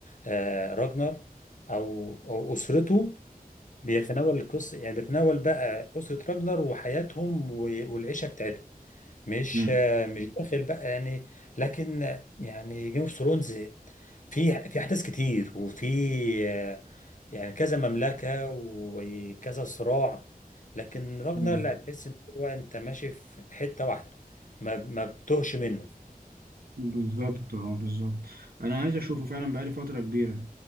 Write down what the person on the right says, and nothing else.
امم
آه،
بالظبط اه بالظبط انا عايز اشوفه فعلا بقالي فترة كبيرة